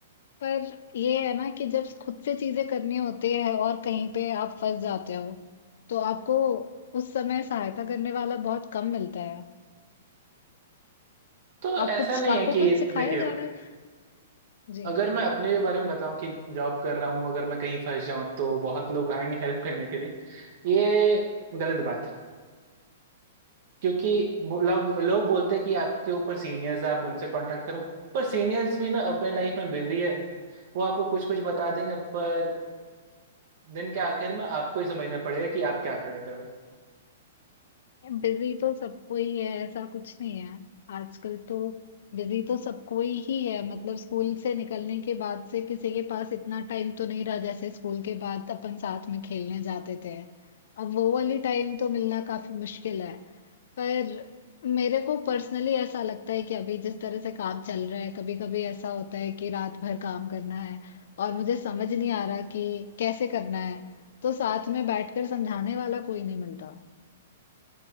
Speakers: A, on the left (about 70°); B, on the right (about 55°).
A: पर ये है ना कि जब खुद से चीज़ें करनी होती है और कहीं पे आप फँस जाते हो, तो आपको उस समय सहायता करने वाला बहुत कम मिलता है।
B: तो
A: आप
B: ऐसा
A: कुछ
B: नहीं
A: आपको
B: है कि
A: कुछ सिखाया
B: देखियो
A: जा रहा है? जी।
B: अगर मैं अपने भी बारे में बताऊं कि जॉब कर रहा हूं अगर मैं कहीं फंस जाऊं तो बहुत लोग आएंगे हेल्प करने के लिए ये गलत बात है क्योंकि वो लोग लोग बोलते हैं कि आपके ऊपर सीनियर्स है आप उनसे कांटेक्ट करो पर सीनियर्स भी ना अपने लाइफ में बिजी है वो आपको कुछ कुछ बता देंगे पर दिन के आखिर में आपको ही समझना पड़ेगा कि आप क्या कर रहे हो
A: बिजी तो सबको ही है ऐसा कुछ नहीं है आजकल तो बिजी तो सबको ही ही है मतलब स्कूल से निकलने के बाद से किसी के पास इतना टाइम तो नहीं रहा जैसे स्कूल के बाद अपन साथ में खेलने जाते थे अब वो वाली टाइम तो मिलना काफी मुश्किल है पर मेरे को पर्सनली ऐसा लगता है कि अभी जिस तरह से काम चल रहा है कभी कभी ऐसा होता है कि रात भर काम करना है और मुझे समझ नहीं आ रहा कि कैसे करना है तो साथ में बैठकर समझाने वाला कोई नहीं मिलता